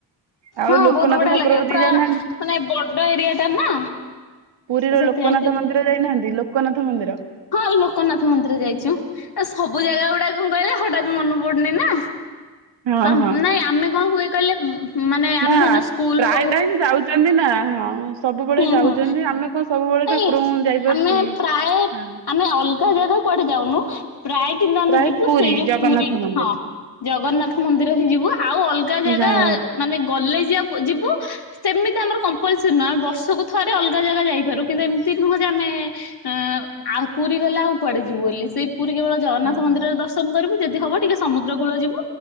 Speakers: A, on the right; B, on the left.
A: ଆଉ
B: ହଁ
A: ଲୋକନାଥ
B: ବହୁତ ବଢିଆ
A: ଠାକୁର
B: ଲାଗିବ
A: କତିକି
B: ପୁରା
A: ଯାଇନାହାନ୍ତି
B: ମାନେ ବଡ ଏରିଆ ଟା ନା।
A: ପୁରୀର
B: ତ ସେଥିପାଇଁ
A: ଲୋକନାଥ
B: ସେ
A: ମନ୍ଦିର ଯାଇନାହାନ୍ତି ଲୋକନାଥ ମନ୍ଦିର?
B: ହଁ ଲୋକନାଥ ମନ୍ଦିର ଯାଇଛୁ। ସବୁ ଜାଗା ଗୁଡାକ କଣ କହିଲେ ହଠତ୍ ମନେ ପଡୁନି ନା।
A: ହଁ
B: ତ
A: ହଁ
B: ନାଇଁ ଆମେ କଣ ହୁଏ କହିଲେ ମାନେ ଆମେ
A: ନା
B: ଧରନିଅ ସ୍କୁଲ
A: ପ୍ରାୟ
B: ହଉ
A: ଟାଇମ ଯାଉଛନ୍ତି ନା ହଁ ସବୁବେଳେ
B: ହୁଁ
A: ଯାଉଛନ୍ତି
B: ହୁଁ
A: ଆମେ କଣ ସବୁବେଳେ
B: ନାଇଁ
A: ଠାକୁରଙ୍କୁ ଯାଇପାରୁଛି
B: ଆମେ
A: କି?
B: ପ୍ରାୟ
A: ହଁ
B: ଆମେ ଅଲଗା ଜାଗା କୁଆଡେ ଯାଉନୁ ପ୍ରାୟ କିନ୍ତୁ ଆମେ
A: ପ୍ରାୟ
B: ଯିବୁ
A: ପୁରୀ
B: ସେଇ ଯୋଉ
A: ଜଗନ୍ନାଥ
B: ପୁରୀ
A: ମନ୍ଦିର
B: ହଁ। ଜଗନ୍ନାଥ ମନ୍ଦିର ହିଁ ଯିବୁ ଆଉ ଅଲଗା ଜାଗା
A: ଯାହା ହଉ
B: ମାନେ ଗଲେ ଜା ବ ଯିବୁ ସେମିତି ଆମର କମ୍ପଲସରୀ ନୁହଁ ବର୍ଷକୁ ଥରେ ଅଲଗା ଜାଗା ଯାଇପାରୁ। କିନ୍ତୁ ଏମିତି ନୁହଁ ଯେ ଆମେ ଅ ଆ ପୁରୀ ଗଲେ ଆଉ କୁଆଡେ ଯିବୁ ବୋଲି ସେଇ ପୁରୀ କେବଳ ଜଗନ୍ନାଥ
A: ହଁ
B: ମନ୍ଦିର ଦର୍ଶନ କରିବୁ। ଯଦି ହବ ଟିକେ ସମୁଦ୍ର କୂଳ ଯିବୁ